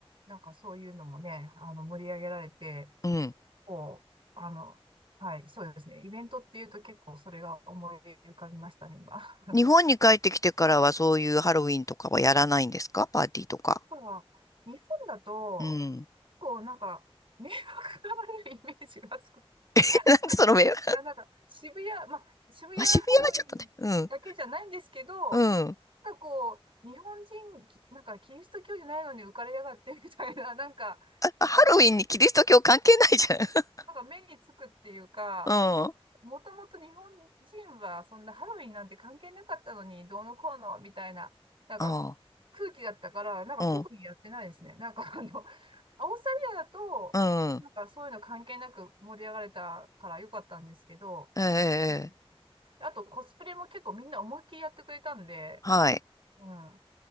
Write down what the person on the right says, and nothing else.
なんかそういうのもね、あの、盛り上げられて、
こう、あの、はい、そうですね。イベントっていうと結構それが思い浮かびましたね、今。<laughs> あ、
なんか、日本だと、
構なんか、迷惑がられるイメージがすごく
ある。ななんか、渋谷、まあ、渋谷ハロウィンだけじゃないんですけど、
なんかこう、日本人、きなんかキリスト教じゃないのに浮かれやがってみたいな、なんか、
のが目に、なんか目につくっていうか、
もともと日本人はそんなハロウィンなんて関係なかったのに、どうのこうのみたいな、なんか
空気だったから、なんか特にやってないですね。
なんかあの、<laughs> オーストラリアだと、
なんかそういうの関係なく盛り上がれたから良かったんですけど、
うん
あとコスプレも結構みんな思いっきりやってくれたんで、
うん。な